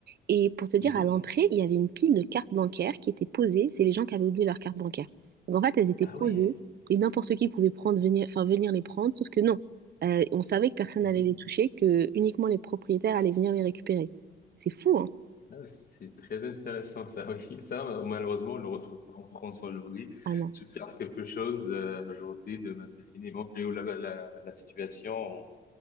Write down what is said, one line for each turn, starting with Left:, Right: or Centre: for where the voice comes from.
Right: Et pour te dire,
Left: Mhm.
Right: à l'entrée, il y avait une pile de cartes bancaires qui étaient posées. C'est les gens qui avaient oublié leurs cartes bancaires. Donc, en fait, elles étaient
Left: Ah
Right: posées
Left: ouais.
Right: et n'importe qui pouvait prendre, venir, enfin, venir les prendre. Sauf que non, Euh, on savait que personne
Left: Mhm.
Right: n'allait les toucher, que uniquement les propriétaires allaient venir les récupérer. C'est fou, hein?
Left: Ah ouais, c'est très intéressant ça, oui. <laughs> Ça, malheureusement, on ne le retrouve pas en France aujourd'hui.
Right: Ah non.
Left: Tu perds quelque chose euh, aujourd'hui, demain c'est fini. Moi, j'ai eu la, la, la situation,